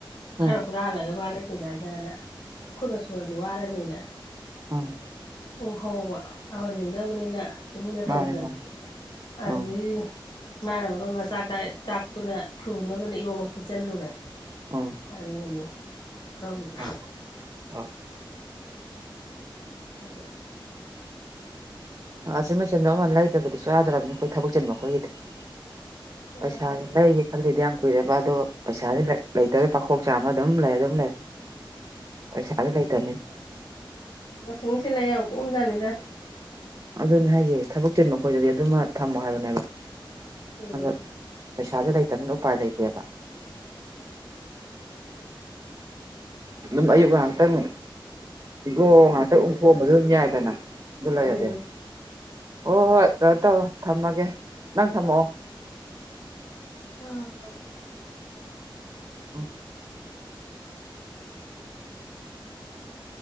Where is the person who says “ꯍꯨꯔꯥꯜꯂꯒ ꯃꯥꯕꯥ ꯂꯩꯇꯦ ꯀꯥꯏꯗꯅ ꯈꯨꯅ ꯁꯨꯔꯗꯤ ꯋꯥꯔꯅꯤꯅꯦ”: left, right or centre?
Left